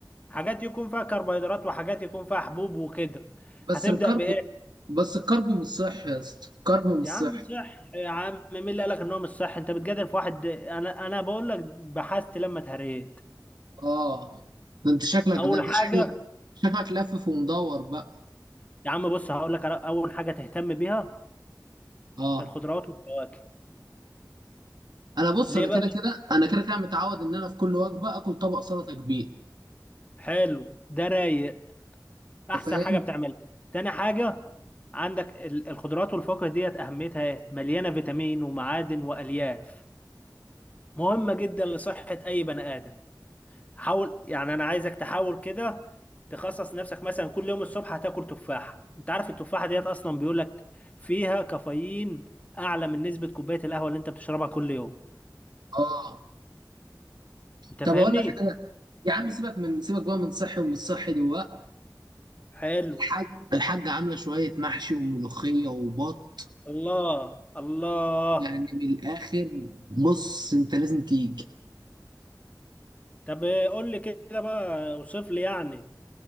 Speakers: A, on the left (about 20°); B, on the right (about 80°).
A: حاجات يكون فيها كربوهيدرات وحاجات يكون فيها حبوب وكده
B: بس
A: هتبدأ
B: الكرب
A: بإيه؟
B: بس الكرب مش صحي يا اسطى الكرب مش
A: يا
B: صحي
A: عم صح يا عم مين اللي قالك إن هو مش صح؟ أنت بتجادل في واحد أنا أنا بقول لك بحثت لما اتهريت
B: اه ده انت شكلك
A: أول
B: ده انت
A: حاجة
B: شكلك شكلك لفف ومدور بقى
A: يا عم بص هقول لك على- أول حاجة تهتم بيها
B: اه
A: الخضروات والفواكه
B: انا بص
A: ليه
B: انا
A: بقى؟
B: كده كده انا كده كده متعود ان انا في كل وجبه اكل طبق سلطه كبير
A: حلو ده رايق أحسن
B: انت فاهم
A: حاجة بتعملها تاني حاجة عندك ال- الخضروات والفواكه ديت أهميتها إيه؟ مليانة فيتامين ومعادن وألياف مهمة جدا لصحة أي بني آدم حاول يعني انا عايزك تحاول كده تخصص نفسك مثلا كل يوم الصبح هتاكل تفاحة انت عارف التفاحة ديت اصلا بيقولك فيها كافيين اعلى من نسبة كوباية القهوة اللي انت بتشربها كل يوم
B: اه
A: انت
B: طب
A: فاهمني
B: اقول لك حاجه يا عم سيبك من سيبك بقى من صحي ومن صحي دلوقتي
A: حلو
B: الحاج الحاجه عامله شويه محشي وملوخيه وبط
A: الله الله
B: يعني من الاخر بص انت لازم تيجي
A: طب قول لي كده بقى اوصف لي يعني